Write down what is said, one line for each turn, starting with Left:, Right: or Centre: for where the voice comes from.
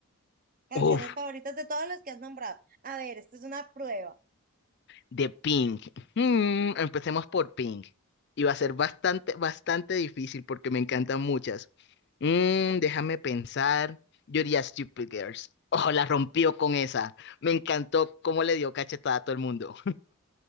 Right: Canciones
Left: Uf.
Right: favoritas de todos los que has nombrado. A ver, esta es una prueba.
Left: De Pink. Hmm, empecemos por Pink. Y va a ser bastante, bastante difícil porque me encantan muchas. Mm, déjame pensar. Yo diría Stupid Girls. Ojo, la rompió con esa. Me encantó cómo le dio cachetada a todo el mundo.